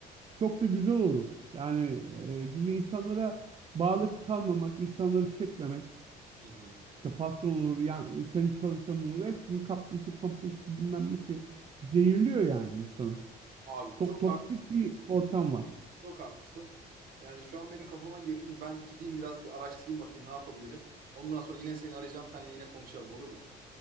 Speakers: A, on the right; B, on the right.
A: Çok da güzel olur. Yani e, çünkü insanlara bağlı kalmamak, insanları çekmemek,
B: Hı hı.
A: işte patron olur, yani sen çalışan olur, hepsinin kaprisi, kompleksi bilmem nesi zehirliyor yani insanı.
B: Abi
A: Çok
B: çok
A: toksik
B: haklısın.
A: bir ortam var.
B: Çok haklısın. Yani şu an benim kafama girdin. Ben gideyim biraz bir araştırayım bakayım ne yapabilirim. Ondan sonra yine seni arayacağım. Seninle yine konuşalım olur mu?